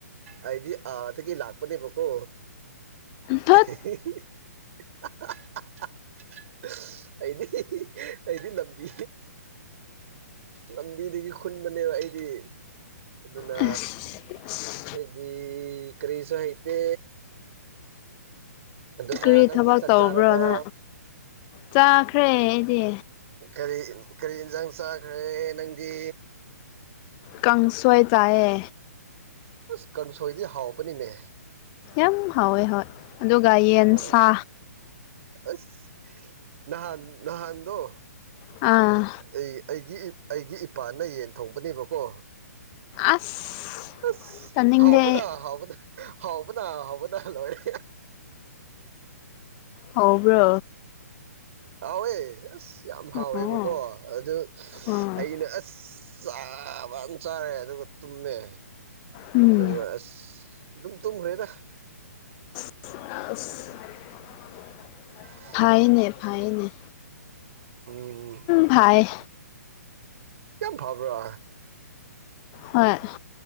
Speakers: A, on the right; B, on the left.
A: ꯑꯩꯗꯤ ꯑꯥꯗꯒꯤ ꯂꯥꯛꯄꯅꯦꯕꯀꯣ
B: ꯊꯠ
A: <unintelligible> ꯑꯩꯗꯤ ꯑꯩꯗꯤ ꯂꯝꯕꯤ ꯂꯝꯕꯤꯗꯒꯤ ꯈꯨꯟꯕꯅꯦꯕ ꯑꯩꯗꯤ ꯑꯗꯨꯅ
B: ꯑꯁ ꯑꯁ
A: ꯑꯩꯗꯤ ꯀꯔꯤꯁꯨ ꯍꯩꯇꯦ ꯑꯗꯨꯅ
B: ꯀꯔꯤ
A: ꯅꯪꯗꯤ
B: ꯊꯕꯛ
A: ꯆꯥꯛ
B: ꯇꯧꯕ꯭ꯔꯣꯅ
A: ꯆꯥꯔꯕꯣ
B: ꯆꯥꯈ꯭ꯔꯦ ꯑꯩꯗꯤ
A: ꯀꯔꯤ ꯀꯔꯤ ꯏꯟꯁꯥꯡ ꯆꯥꯈ꯭ꯔꯦ ꯅꯪꯗꯤ
B: ꯀꯥꯡꯁꯣꯏ ꯆꯥꯏꯌꯦ
A: ꯑꯁ ꯀꯥꯡꯁꯣꯏꯗꯤ ꯍꯥꯎꯕꯅꯤꯅꯦ
B: ꯌꯥꯝ ꯍꯥꯎꯋꯦ ꯍꯣꯏ ꯑꯗꯨꯒ ꯌꯦꯟ
A: ꯍꯣꯏ
B: ꯁꯥ
A: ꯑꯁ ꯅꯍꯥꯟ ꯅꯍꯥꯟꯗꯣ
B: ꯑꯥ
A: ꯑꯩ ꯑꯩꯒꯤ ꯑꯩꯒꯤ ꯏꯄꯥꯅ ꯌꯦꯟ ꯊꯣꯡꯕꯅꯦꯕꯀꯣ
B: ꯑꯁ
A: ꯑꯁ
B: ꯆꯥꯅꯤꯡꯗꯦ
A: ꯍꯥꯎꯕꯗꯥ
B: ꯑꯩ
A: ꯍꯥꯎꯕꯗ ꯍꯥꯎꯕꯅ ꯍꯥꯎꯕꯅ ꯂꯣꯏꯔꯦ
B: ꯍꯥꯎꯕ꯭ꯔꯣ
A: ꯍꯥꯎꯋꯦ ꯑꯁ ꯌꯥꯝ ꯍꯥꯎꯋꯦꯕꯀꯣ
B: ꯑꯣ
A: ꯑꯗꯨ
B: ꯑꯣ
A: ꯑꯩꯅ ꯑꯁ ꯆꯥ ꯕꯟ ꯆꯥꯔꯦ ꯑꯗꯨꯒ ꯇꯨꯝꯃꯦ
B: ꯎꯝ
A: ꯅ ꯑꯁ ꯑꯗꯨꯝ ꯇꯨꯝꯈ꯭ꯔꯦꯗ
B: <inaudible>
A: <unintelligible>
B: ꯐꯩꯅꯦ ꯐꯩꯅꯦ
A: ꯎꯝ
B: ꯚꯥꯏ
A: ꯌꯥꯝ ꯐꯕ꯭ꯔꯥ
B: ꯍꯣꯏ